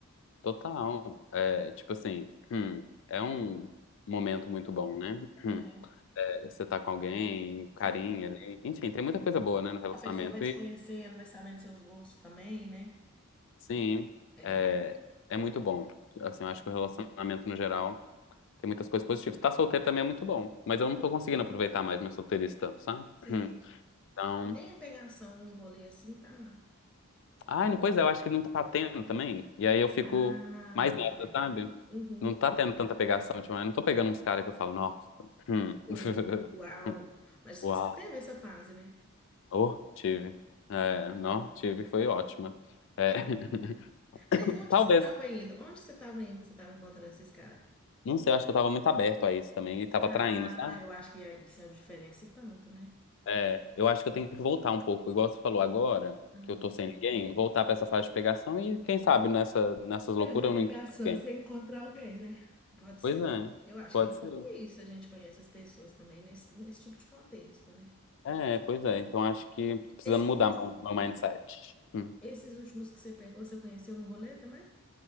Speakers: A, on the left; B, in the centre.
A: total. É, tipo assim, hum, é um momento muito bom, né? Hum.
B: É,
A: É, você tá com alguém, carinho
B: sim.
A: ali. Enfim, tem muita coisa boa, né, no relacionamento.
B: A pessoa vai te
A: E
B: conhecendo, vai sabendo seus gostos também, né?
A: sim,
B: É,
A: é, é muito bom. Assim, eu acho que o relacionamento no geral tem muitas coisas positivas. Tá solteiro também é muito bom, mas eu não tô conseguindo aproveitar mais meu solteirice tanto, sabe?
B: sim.
A: Hum. Então.
B: E nem a pegação em rolê assim tá.
A: Ai, não, pois é, eu acho que não tá tendo também. E aí eu fico
B: Ah,
A: mais nessa,
B: é.
A: sabe?
B: Uhum.
A: Não tá tendo tanta pegação ultimamente. Não tô pegando uns caras que eu falo, nossa. hum,
B: Sei.
A: <laughs>
B: Uau. Mas você
A: Uau.
B: teve essa fase, né?
A: Oh, tive. É, não, tive, foi ótima. É, <laughs>
B: Mas onde
A: Talvez.
B: que você tava indo? Onde que você tava indo que você tava encontrando esses caras?
A: Não sei, eu acho que eu tava muito aberto a isso também e tava
B: Ah,
A: traindo, sabe?
B: eu acho que é- isso é a diferença e tanto, né?
A: É, eu acho que eu tenho que voltar um pouco, igual você falou agora,
B: Ah.
A: que eu tô sem ninguém, voltar pra essa fase de pegação e quem sabe nessa, nessas
B: Nessa
A: loucuras eu
B: pegação,
A: não encontro alguém.
B: você encontra alguém, né? Pode ser.
A: Pois é,
B: Eu acho
A: pode
B: que é um pouco
A: ser.
B: isso, a gente conhece as pessoas também nesse, nesse tipo de contexto, né?
A: É, pois é. Então acho que tô precisando
B: Esses
A: mudar
B: últimos,
A: meu, meu mindset. Hum.
B: esses últimos que você pegou, você conheceu no rolê também?